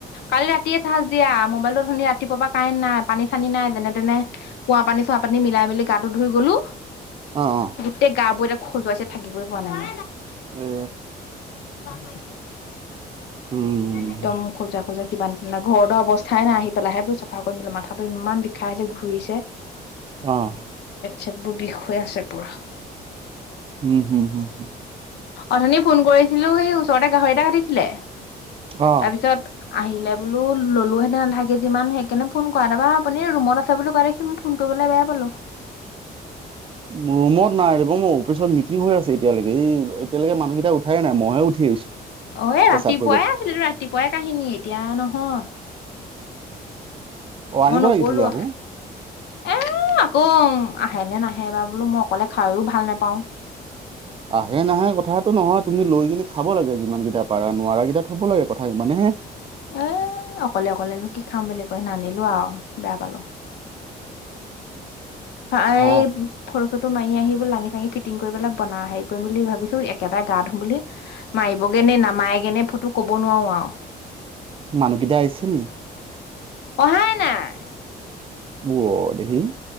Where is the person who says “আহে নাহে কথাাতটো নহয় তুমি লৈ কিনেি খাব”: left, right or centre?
Right